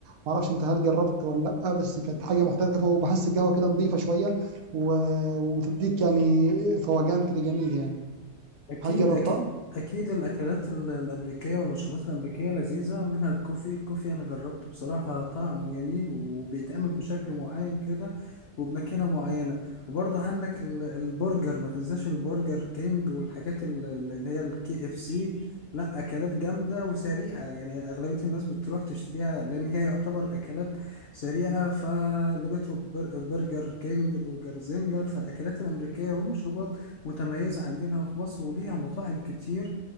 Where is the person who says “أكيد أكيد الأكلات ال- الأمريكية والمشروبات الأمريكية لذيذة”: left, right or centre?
Left